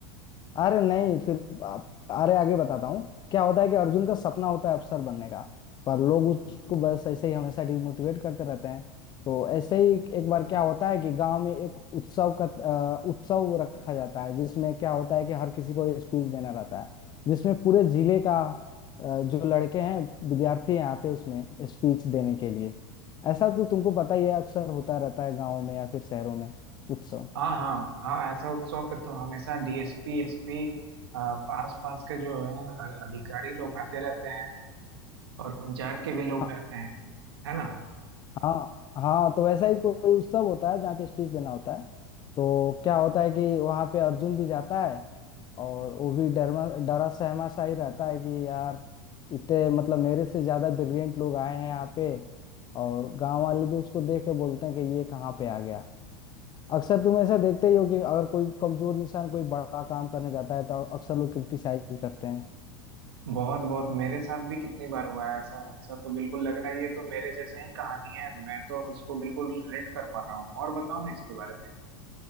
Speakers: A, on the left; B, on the right.
A: अरे नहीं फिर आप अरे आगे बताता हूँ क्या होता है कि अर्जुन का सपना होता है अफसर बनने का पर लोग उसको बस ऐसे ही हमेशा डिमोटिवेट करते रहते हैं तो ऐसे ही एक बार क्या होता है कि गांव में एक उत्सव का अ, उत्सव रखा जाता है जिसमें क्या होता है कि हर किसी को स्पीच देना रहता है जिसमें पूरे जिले का अ, जो लड़के हैं विद्यार्थी हैं आते हैं उसमें स्पीच देने के लिए ऐसा तो तुमको पता ही है अक्सर होता रहता है गाँव में या फिर शहरों में उत्सव
B: हाँ हाँ हाँ ऐसा उत्सव पे तो हमेशा डीएसपी एसपी पास पास के जो है अ- अधिकारी लोग आते रहते हैं और पंचायत के भी लोग
A: हाँ।
B: रहते हैं है ना
A: हाँ हाँ तो वैसा ही कोई उत्सव होता है जहाँ पे स्पीच देना होता है तो क्या होता है कि वहाँ पे अर्जुन भी जाता है और वो भी डरमा डरा सहमा सा ही रहता है कि यार इतने मतलब मेरे से ज्यादा ब्रिलियंट लोग आए हैं यहाँ पे और गांव वाले भी उसको देख के बोलते हैं कि ये कहाँ पे आ गया अक्सर तुम ऐसा देखते ही हो कि अगर कोई कमजोर इंसान कोई बड़ा काम करने जाता है तो अक्सर लोग क्रिटिसाइज करते हैं
B: बहुत बहुत मेरे साथ भी कितनी बार हुआ है ऐसा ऐसा तो बिल्कुल लग रहा है ये तो मेरे जैसा ही कहानी है मैं तो इसको बिल्कुल रिलेट कर पा रहा हूँ और बताओ ना इसके बारे में